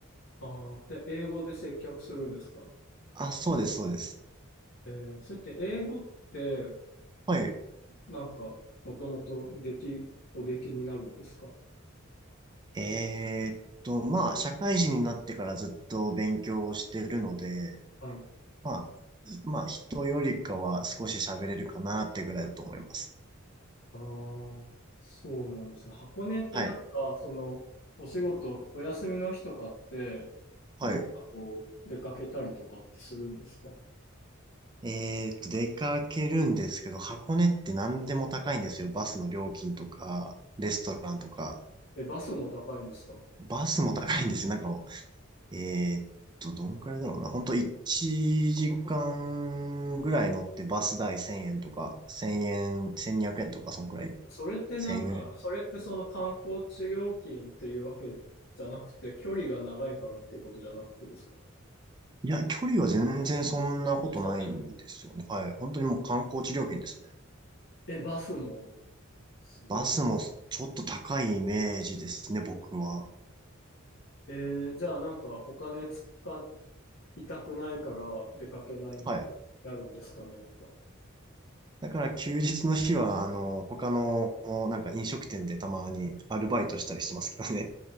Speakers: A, on the left; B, on the right.
A: ああ、で、英語で接客するんですか
B: あ、そうです、そうです。
A: えー、それって英語って
B: はい。
A: なんか、もともとでき、おできになるんですか
B: えーっと、まあ、社会人になってからずっと勉強をしてるので、
A: はい。
B: まあ、まあ、人よりかは少し喋れるかなってぐらいだと思います。
A: ああ、そうなんですね。箱根ってなんか、
B: はい。
A: その、お仕事、お休みの日とかって、
B: はい。
A: どっかこう、出かけたりとかってするんですか
B: えーっと、出かけるんですけど、箱根って何でも高いんですよ。バスの料金とか、レストランとか。
A: え、バスも高いんですか
B: バスも高いんですよ。なんかもう、えーっと、どんくらいだろうな。ほんと1時間ぐらい乗ってバス代1000円とか、1円、1200円とか、そんくらい。1
A: それってなんか、
B: 4 0円。
A: それってその観光地料金っていうわけじゃなくて、距離が長いからっていうことじゃなくてですか
B: いや、距離は全然そんなことないんですよね。
A: そう。
B: はい。本当にもう観光地料金ですね。
A: え、バスもすごい。
B: バスもちょっと高いイメージですね、僕は。
A: えーじゃあなんかお金使っ痛くないから出かけないみたいになるんですかね、
B: はい。
A: やっぱ。
B: だから休日の日は、あの、他の、なんか飲食店でたまにアルバイトしたりしてますけどね。